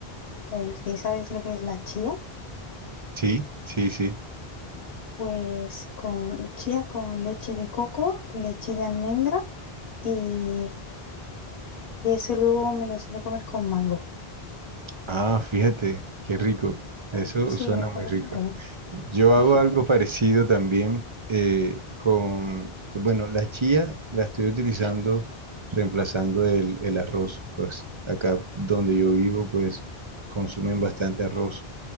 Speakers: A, on the left; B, on the right.
A: eh, no sé si sabes lo que es la chía,
B: Sí, sí, sí.
A: pues con chía con leche de coco, leche de almendra y, y eso luego me lo suelo comer con mango.
B: Ah, fíjate, qué rico. Eso
A: Mm, Sí,
B: suena
A: está
B: muy
A: bastante
B: rico.
A: bueno.
B: Yo hago
A: <laughs>
B: algo parecido también eh, con, bueno, la chía la estoy utilizando reemplazando el, el arroz. Pues acá donde yo vivo, pues consumen bastante arroz